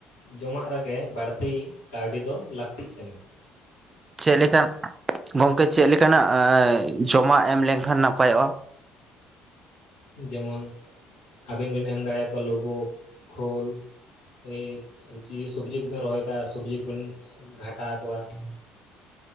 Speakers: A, on the left (about 85°); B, on the right (about 30°).
A: ᱡᱚᱢᱟᱜ ᱨᱮᱜᱮ ᱵᱟᱹᱲᱛᱤ ᱠᱟᱹᱣᱰᱤ ᱫᱚ ᱞᱟᱹᱠᱛᱤᱜ ᱠᱟᱱᱟ ᱾
B: ᱪᱮᱫ ᱞᱮᱠᱟ ᱜᱚᱝᱠᱮ ᱪᱮᱫ ᱞᱮᱠᱟᱱᱟᱜ ᱡᱚᱢᱟᱜ ᱮᱢ ᱞᱮᱱ ᱠᱷᱟᱱ ᱱᱟᱯᱟᱭᱚᱜᱼᱟ ᱾
A: ᱡᱮᱢᱚᱱ ᱟᱹᱵᱤᱱ ᱵᱤᱱ ᱮᱢ ᱫᱟᱲᱮ ᱠᱚᱣᱟ ᱞᱩᱵᱩᱜ ᱠᱷᱳᱞ ᱾ ᱮᱭ ᱥᱚᱵᱽᱡᱤ ᱠᱚᱵᱮᱱ ᱨᱚᱦᱚᱭ ᱠᱟᱜᱼᱟ ᱥᱚᱵᱽᱡᱤ ᱠᱚᱵᱮᱱ ᱜᱷᱟᱴᱟᱣ ᱟᱠᱚᱣᱟ ᱾ <unintelligible>